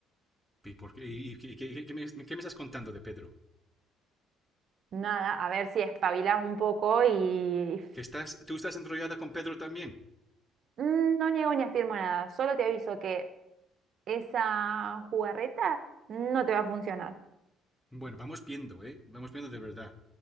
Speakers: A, in the centre; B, on the right.
A: y por qué, y- y- qué- qué- qué me, qué me estás contando de Pedro?
B: Nada, a ver si espabilás un poco y
A: ¿Que estás, tú estás enrollada con Pedro también?
B: Mm, no niego ni afirmo nada, solo te aviso que esa jugarreta no te va a funcionar.
A: Bueno, vamos viendo, ¿eh? Vamos viendo de verdad.